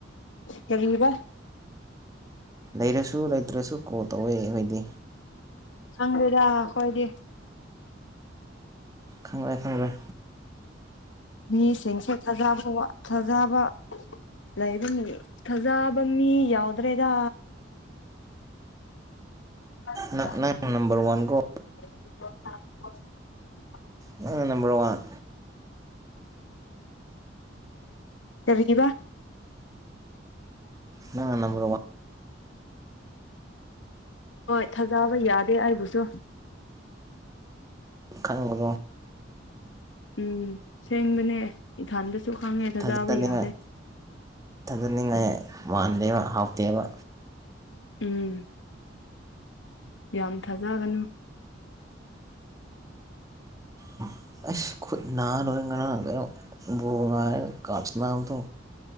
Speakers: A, on the left; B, on the right.
A: ꯀꯔꯤꯕ
B: ꯂꯩꯔꯁꯨ ꯂꯩꯇ꯭ꯔꯁꯨ ꯀꯣꯜ ꯇꯧꯋꯦ ꯑꯩꯈꯣꯏꯗꯤ
A: ꯈꯪꯗꯦꯗ ꯑꯩꯈꯣꯢꯗꯤ
B: ꯈꯪꯔꯣꯢꯏ ꯈꯪꯔꯣꯢ
A: ꯃꯤꯁꯤꯡꯁꯦ ꯊꯖꯕ ꯋꯥ ꯊꯖꯕ ꯂꯩꯕꯅꯤ ꯊꯖꯕ ꯃꯤ ꯌꯥꯎꯗ꯭ꯔꯦꯗ <unintelligible>
B: ꯅꯪ ꯅꯪꯅ ꯅꯝꯕꯔ ꯋꯥꯟꯀꯣ ꯅꯪꯅ ꯅꯝꯕꯔ ꯋꯥꯟ
A: <inaudible> ꯀꯔꯤꯒꯤꯕ
B: ꯅꯪꯅ ꯅꯝꯕꯔ ꯋꯥꯟ
A: ꯍꯣꯏ ꯊꯥꯖꯕ ꯌꯥꯗꯦ ꯑꯩꯕꯨꯁꯨ
B: ꯈꯪꯒꯅꯣ
A: ꯎꯝ ꯁꯦꯡꯕꯅꯦ ꯏꯊꯟꯗꯁꯨ ꯈꯪꯉꯦ ꯊꯖꯕ
B: ꯊꯥꯖꯅꯤꯡꯉꯥꯏ
A: ꯌꯥꯗꯦ
B: ꯊꯥꯖꯅꯤꯡꯉꯥꯏ ꯃꯥꯟꯗꯦꯕ
A: <inaudible>
B: ꯍꯥꯎꯇꯦꯕ
A: ꯎꯝ ꯌꯥꯝ ꯊꯥꯖꯒꯅꯨ
B: <inaudible> ꯑꯁ ꯈꯨꯠ ꯅ ꯂꯣꯏ ꯉꯥꯔꯥꯡ ꯀꯩꯅꯣ ꯕꯨ ꯉꯥꯏꯔꯒ ꯀꯥꯥꯞ ꯁꯅꯥꯕꯗꯣ